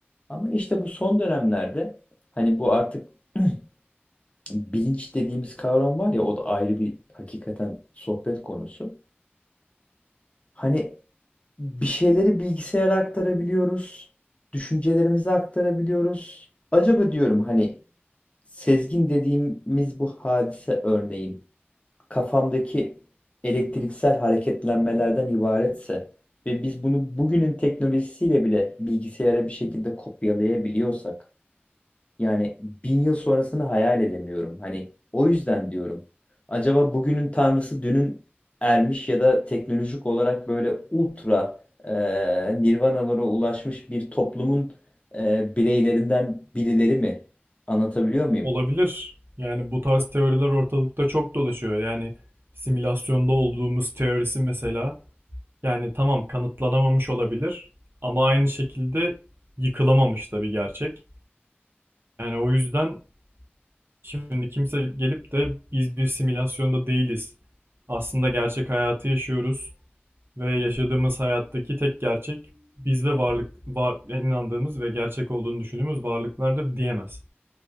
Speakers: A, on the left; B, on the right.
A: Ama işte bu son dönemlerde hani bu artık <clears throat> bilinç dediğimiz kavram var ya o da ayrı bir hakikaten sohbet konusu. Hani bir şeyleri bilgisayara aktarabiliyoruz. Düşüncelerimizi aktarabiliyoruz. Acaba diyorum hani sezgin dediğimiz bu hadise örneğin kafamdaki elektriksel hareketlenmelerden ibaretse ve biz bunu bugünün teknolojisiyle bile bilgisayara bir şekilde kopyalayabiliyorsak yani bin yıl sonrasını hayal edemiyorum. Hani o yüzden diyorum. Acaba bugünün tanrısı dünün ermiş ya da teknolojik olarak böyle ultra e, nirvanalara ulaşmış bir toplumun e, bireylerinden birileri mi? Anlatabiliyor muyum?
B: Olabilir. Yani bu tarz teoriler ortalıkta çok dolaşıyor. Yani simülasyonda olduğumuz teorisi mesela yani tamam kanıtlanamamış olabilir ama aynı şekilde yıkılamamış da bir gerçek. Yani o yüzden Şimdi kimse gelip de biz bir simülasyonda değiliz. Aslında gerçek hayatı yaşıyoruz ve yaşadığımız hayattaki tek gerçek biz ve varlık var inandığımız ve gerçek olduğunu düşündüğümüz varlıklardır diyemez.